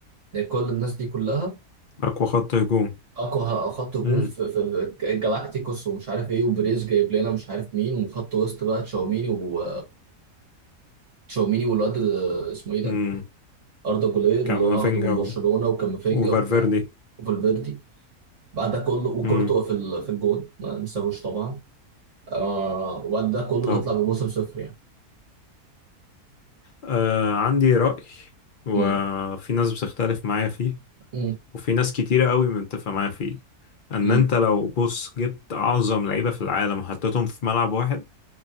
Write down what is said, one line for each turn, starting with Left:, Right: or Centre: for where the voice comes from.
Right: يعني كل الناس دي كلها
Left: اقوى خط هجوم
Right: اقوى خط هجوم
Left: امم
Right: في, في, في جالاكتيكوس ومش عارف ايه وبريز جايب لنا مش عارف مين وخط وسط بقى تشاوميني و تشاوميني والواد ال- اسمه ايه ده
Left: امم
Right: اردا جولير
Left: كامافينجا
Right: اللي هو اخده من
Left: و...
Right: برشلونه وكامافينجا
Left: وفالفيردي
Right: وبتاع وفالفيردي بعد ده كله وكورتوا
Left: امم
Right: في ال- في الجون ما ننساهوش طبعا آه وبعد ده كله
Left: طبعا
Right: تطلع بموسم صفر يعني
Left: آه عندي رأي وفي
Right: امم
Left: ناس بتختلف معايا فيه
Right: امم
Left: وفي ناس كتيرة قوي متفقة معايا فيه ان
Right: امم
Left: انت لو بص جبت اعظم لعيبة في العالم حطيتهم في ملعب واحد